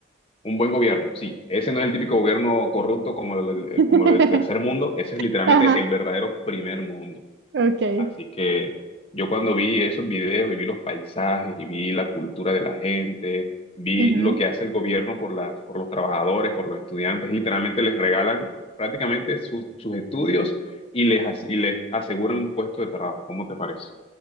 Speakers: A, on the left (about 30°); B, on the right (about 55°).
A: un buen gobierno. Sí, ese no es el típico gobierno corrupto como el, el-
B: <laughs>
A: como el tercer mundo, ese es literalmente
B: Ajá,
A: el verdadero primer mundo.
B: ok.
A: Así que yo cuando vi esos videos y vi los paisajes y vi la cultura de la gente, vi
B: ujú.
A: lo que hace el gobierno por las, por los trabajadores, por los estudiantes, literalmente les regalan prácticamente sus, sus estudios y les, as- y les aseguran un puesto de trabajo. ¿Cómo te parece?